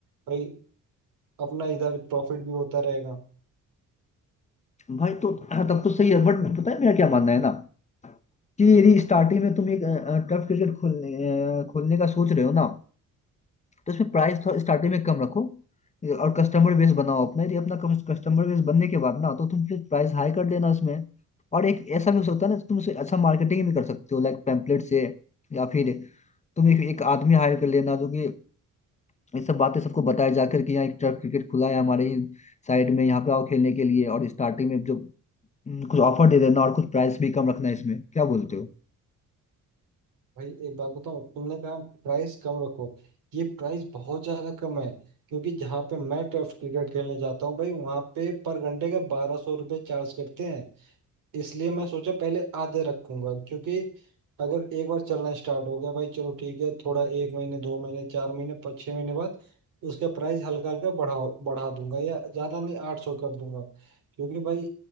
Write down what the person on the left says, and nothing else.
भाई तो हाँ, तब तो सही है बट पता है मेरा क्या मानना है ना कि यदि स्टार्टिंग में तुम एक टर्फ क्रिकेट खोलने अ, खोलने का सोच रहे हो ना तो इसमें प्राइस थोड़ा स्टार्टिंग में कम रखो और कस्टमर बेस बनाओ अपना यदि अपना कस्टमर बेस बनने के बाद ना तो तुम फिर प्राइस हाई कर देना उसमें और एक ऐसा भी हो सकता है ना तुम उसे अच्छा मार्केटिंग भी कर सकते हो लाइक पैम्पलेट से या फिर तुम एक, एक आदमी हायर कर लेना जो कि ये सब बातें सबको बताया जाकर कि यहाँ एक तरफ क्रिकेट खुला है हमारे ही साइड में यहाँ पे आओ खेलने के लिए और स्टार्टिंग में जो हम्म, कुछ ऑफर दे देना और कुछ प्राइस भी कम रखना है इसमें क्या बोलते हो